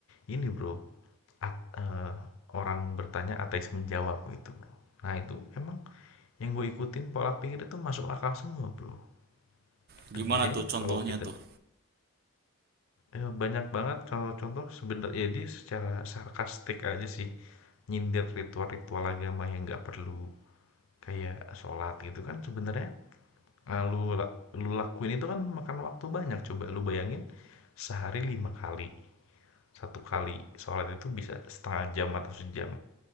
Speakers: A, on the left; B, on the right.
A: ini bro. At- eh, orang bertanya ateis menjawab gitu bro. Nah itu emang yang gue ikutin pola pikirnya tuh masuk akal semua, Bro. Gitu,
B: Gimana
A: Bro. Jadi
B: tuh contohnya
A: kalau kita
B: tuh?
A: eh, banyak banget contoh-contoh sebenarnya dia secara sarkastik aja sih nyindir ritual-ritual agama yang nggak perlu kayak sholat gitu kan sebenarnya eh, lu lu lakuin itu kan makan waktu banyak coba lu bayangin sehari lima kali satu kali sholat itu bisa setengah jam atau sejam